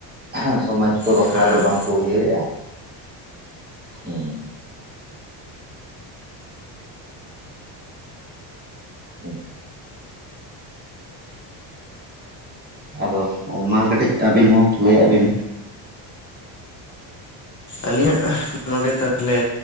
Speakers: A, on the right (about 20°); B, on the left (about 35°).
A: ᱦᱮ ᱥᱚᱢᱟᱡᱽ ᱠᱚ ᱵᱟᱠᱷᱨᱟ
B: ᱦᱮᱸ
A: ᱫᱚ ᱵᱟᱝᱠᱚ
B: ᱦᱮᱸ
A: ᱩᱭᱦᱟᱹᱨᱮᱜᱼᱟ ᱦᱮᱸ ᱦᱩ ᱟᱫᱚ ᱢᱟ ᱠᱟᱹᱴᱤᱡ ᱟᱹᱵᱤᱱ ᱦᱚᱸ ᱞᱟᱹᱭᱟᱜ ᱟᱜ ᱵᱤᱱ
B: ᱟᱹᱞᱤᱧᱟᱜ ᱱᱚᱰᱮ ᱛᱟᱦᱚᱞᱮ